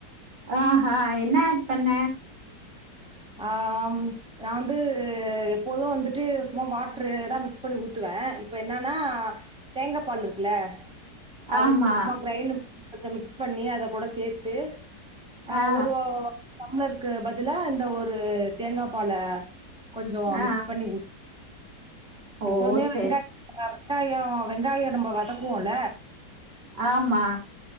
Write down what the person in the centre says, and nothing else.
ஆஹ்ம் நா வந்து எப்போது வந்துட்டு சும்மா வாட்ரு தா மிக்ஸ் பண்ணி ஊத்துவ இப்ப என்னன்னா தேங்கா பால்ருக்குல்ல அதுக்கு
சும்மா கிரைண்டு கொஞ்சோ மிக்ஸ் பண்ணி அத கூட சேத்து ஆஹ்
ஒரு ஓ டம்ளர்கு பதிலா இந்த ஓர் ஒரு தேங்கா பால்ல கொஞ்சோ மிக்ஸ்
பண்ணி ஊத் எப்போதுமே
வெங்காய்
<unintelligible> வெங்காயோ வெங்காயோ நம்ம வதக்குவோல